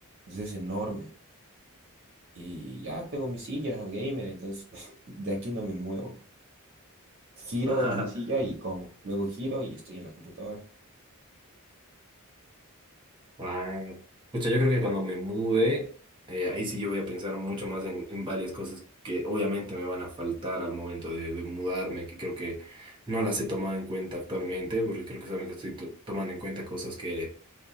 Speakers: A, on the right; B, on the right.
A: entonces es enorme y ya tengo mi silla gamer, entonces <laughs> de aquí no me muevo. Giro
B: <laughs>
A: en mi silla y como, luego giro y estoy en la computadora.
B: Wow. Pucha, yo creo que cuando me mude, eh, ahí sí yo voy a pensar mucho más en, en varias cosas que obviamente me van a faltar al momento de, de mudarme, que creo que no las he tomado en cuenta actualmente, porque creo que solamente estoy to- tomando en cuenta cosas que,